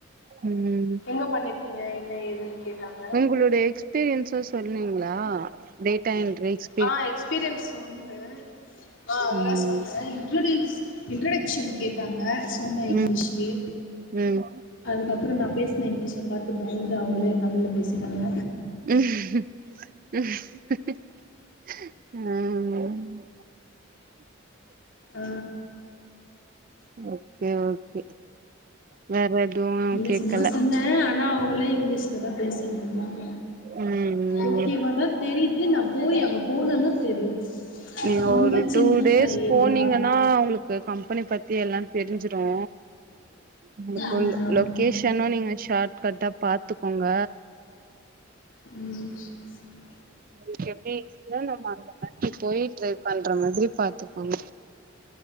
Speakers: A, on the right; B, on the left.
A: ம்
B: எங்க பண்ணிருக்கீங்க என்ன ஏதுன்னு கேட்டாங்க
A: ங்குளோட எக்ஸ் பீரியன்ஸ்ஸ சொன்னீங்ளா டேட்டா என்ட்ரிக்ஸ்
B: ஆ எக்ஸ்பீரியன்ஸ் சொன்ன ஆ அதல்லா
A: ம்
B: சொன்ன இன்ட்ரொட்யூஸ் இன்ட்ரொக் ஷன் கேட்டாங்க சொன்ன
A: ம்
B: இங்கிலீஷ்லே
A: ம்
B: அதுக்கப்புறோ நா பேசுன இங்கிலீஷ்ஷ பாத்து பயந்து அவுங்களே தமிழ்ல பேசிட்டாங்க
A: ம் ம்
B: ஆ
A: ஓகே ஓகே வேற எதுவு
B: இல்ல
A: கேக்கல
B: சும்மா சொன்னே ஆனா அவுங்களே இங்கிலீஷ்ல தா பேசிட்டு இருந்தாங்க
A: ம்
B: ஓகேவா தா தெரிது நா போய் அங்க போனன்னா தெரியு
A: நீங்க
B: ரொம்ப
A: ஒரு டூ
B: சின்னதுதா
A: டேஸ்
B: ஏரியா
A: போனீங்கன்னா அவங்களுக்கு கம்பெனி பத்தி எல்லா தெரிஞ்சிரு உங்ளுக்கு
B: ம் ஆமா
A: லொகேஷனு நீங்க ஷார்ட் கட்டா பாத்துக்கோங்க
B: <unintelligible>
A: உங்ளுக் <unintelligible> நம்ம அந்த மாதிரி போய் ட்ரை பண்ற மாதிரி பாத்துக்கோங்க